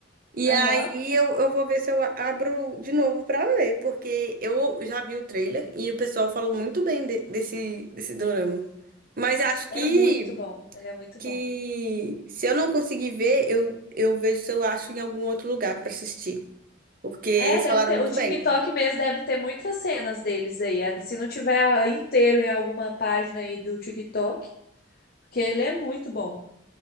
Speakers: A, on the right (about 45°); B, on the left (about 50°).
A: E
B: Aham.
A: aí eu, eu vou ver se eu a- abro de novo pra ver, porque eu já vi o trailer e o pessoal falou muito bem de- desse, desse dorama. Mas acho
B: É
A: que,
B: muito bom. Ele é muito
A: que
B: bom.
A: se eu não conseguir ver, eu, eu vejo se eu acho em algum outro lugar pra assistir. Porque eles
B: É, deve
A: falaram
B: ter.
A: muito
B: O TikTok
A: bem.
B: mesmo deve ter muitas cenas deles aí. Ah, Se não tiver ah, inteiro em alguma página aí do TikTok, porque ele é muito bom.